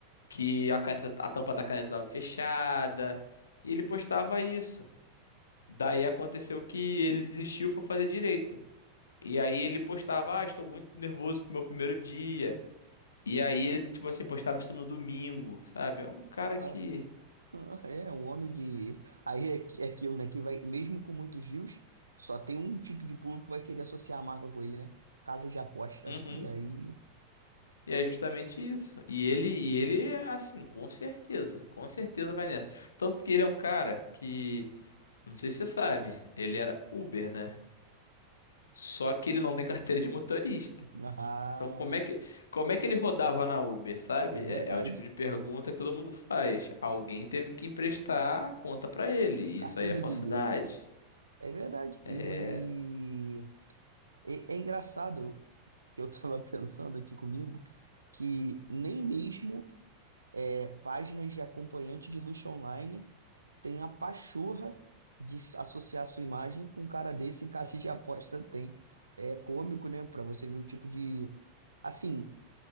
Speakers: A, on the left; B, on the right.
A: que a caneta, a tampa da caneta estava fechada. E ele postava isso. Daí aconteceu que ele desistiu e foi fazer direito. E aí ele postava, ah, estou muito nervoso pro meu primeiro dia. E aí ele, tipo assim, postava isso no domingo, sabe? É um cara
B: Ah,
A: que.
B: <laughs> ah, é, um homem de. Aí é, que- é aquilo, né? Que vai, mesmo com muitos views, só tem um tipo de público que vai querer associar a marca com ele, né? Casas de aposta.
A: Uhum.
B: E aí. <laughs>
A: E é justamente isso. E ele, e ele, assim, com certeza, com certeza vai nessa. Tanto que ele é um cara que, não sei se você sabe, ele era Uber, né? Só que ele não tem carteira de motorista.
B: Ah,
A: Então, como é que, como é que ele rodava na Uber, sabe?
B: é verdade.
A: É, é o tipo de pergunta que todo mundo faz. Alguém teve que emprestar a conta pra ele. E
B: Carteira
A: isso aí é falsidade.
B: de gay. É verdade.
A: É,
B: E é, é engraçado que eu estava <laughs> pensando aqui comigo que nem mesmo é, páginas de acompanhante de luxo online tem a pachorra de s- associar sua imagem com um cara desse em casa de aposta tem. É cômico, né? Para você ver o tipo de. Assim,